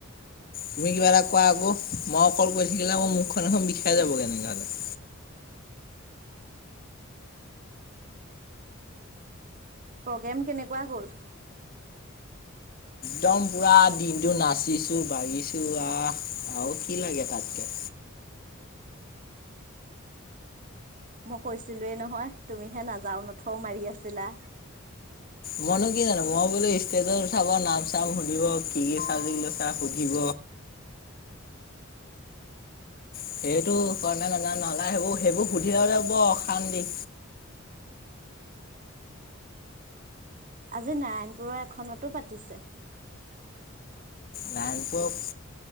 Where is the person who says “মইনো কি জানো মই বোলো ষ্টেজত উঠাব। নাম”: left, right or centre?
Left